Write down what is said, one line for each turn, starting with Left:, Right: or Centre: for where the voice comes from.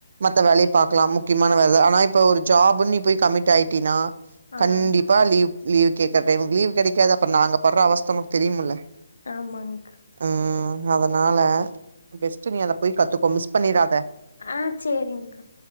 Right: மத்த வேலயப் பாக்கலா முக்கியமான வேலை ஆனா இப்போ ஒரு ஜாபுன்னு நீ போய் கமிட் ஆயிட்டினா
Left: ஆ
Right: கண்டிப்பா லீவு லீவ் கேக்குற டைமுக்கு லீவ் கெடைக்காது அப்ப நாங்க படுற அவஸ்த்த த நமக்கு தெரியும்ல
Left: ஆமாங்க்கா
Right: உஹ்ம் அதனால பெஸ்ட்டு நீ அத போய் கத்துக்கோ மிஸ் பண்ணிடாத
Left: ஆஹ் சரிங்க